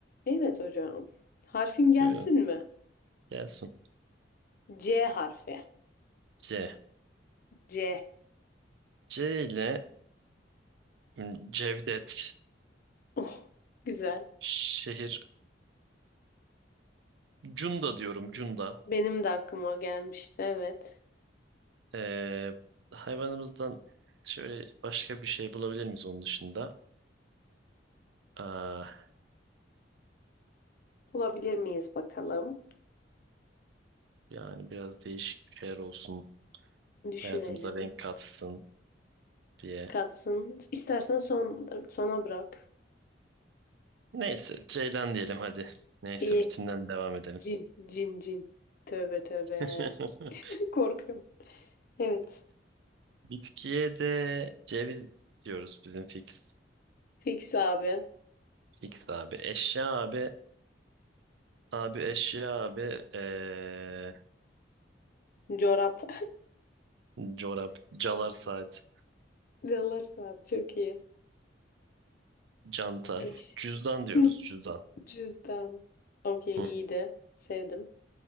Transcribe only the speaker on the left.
Evet hocam. Harfin gelsin
mi?
C harfi.
C.
Oh, güzel.
Benim de aklıma o gelmişti. Evet.
Bulabilir miyiz bakalım?
Düşünelim.
Katsın. İstersen son, sona bırak.
İyi.
Cin, cin, cin. Tövbe tövbe.
<laughs> Korkuyorum. Evet.
Fix abi.
Çorap.
<laughs> Dolar saat çok iyi.
Eş.
<laughs>
Cüzdan. Okey
iyiydi. Sevdim.